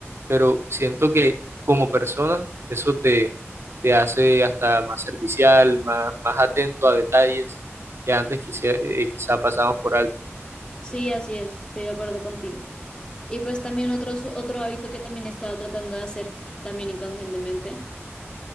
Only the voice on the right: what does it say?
pero siento que como persona eso te, te hace hasta más servicial, más, más atento a detalles que antes quizá, eh, quizá pasamos por alto.